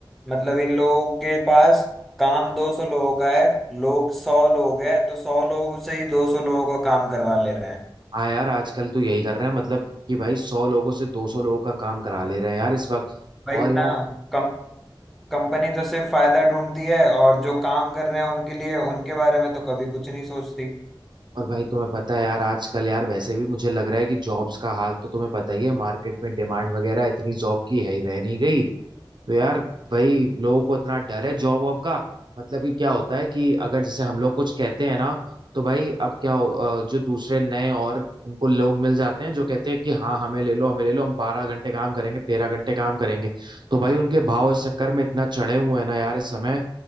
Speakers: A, in the centre; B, on the right (about 60°).
A: मतलब इन लोगों के पास काम दो सौ लोगों का है लोग सौ लोग हैं तो सौ लोग से ही दो सौ लोगों का काम करवा ले रहे हैं
B: हाँ यार आजकल तो यही कर रहे हैं मतलब कि भाई सौ लोगों से दो सौ लोगों का काम करा ले रहे हैं यार इस वक्त
A: भाई
B: और यार
A: ना कम कंपनी तो सिर्फ फायदा ढूंढती है और जो काम कर रहे हैं उनके लिए उनके बारे में तो कभी कुछ नहीं सोचती
B: और भाई तुम्हें पता है यार आजकल यार वैसे भी मुझे लग रहा है कि जॉब्स का हाल तो तुम्हें पता ही है मार्केट में डिमांड वगैरह इतनी जॉब की है ही रह नहीं गई तो यार भाई लोगों को इतना डर है जॉब वॉब का मतलब कि क्या होता है कि अगर जैसे हम लोग कुछ कहते हैं ना तो भाई अब क्या हो- अ, जो दूसरे नए और उनको लोग मिल जाते हैं जो कहते हैं कि हाँ हमें ले लो हमें ले लो हम बारह घंटे काम करेंगे तेरह घंटे काम करेंगे तो भाई उनके भाव इस चक्कर में इतना चढ़े हुए हैं ना यार इस समय